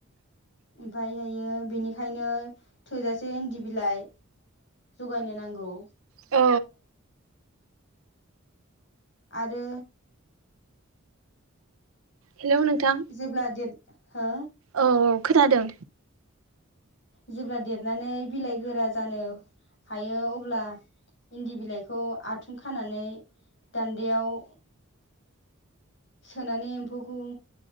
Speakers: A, on the left (about 55°); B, on the right (about 80°).
A: ओमफायहायो बेनिखायनो थोजासे इन्दि बिलाइ जगायनो नांगौ।
B: औ
A: आरो
B: हेलौ नोंथां
A: जेब्ला हो?
B: औ औ खोनादों।
A: जेब्ला देरनानै बिलाइ गोरा जानो हायो अब्ला इन्दि बिलाइखौ आथुम खानानै दान्दायाव, सोनानै एम्फौखौ